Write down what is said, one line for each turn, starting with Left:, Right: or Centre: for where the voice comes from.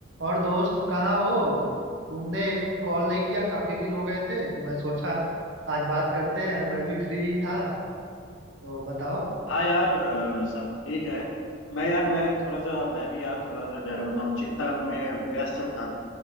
Right: और दोस्त कहाँ हो तुमने एक कॉल नहीं किया काफी दिन हो गए थे तो मैं सोचा आज बात करते हैं मैं भी फ्री ही था तो बताओ
Left: हाँ यार अ, सब ठीक है मैं यार मैं थोड़ा सा मैं भी यार थोड़ा सा क्या बताऊँ चिंता में व्यस्त था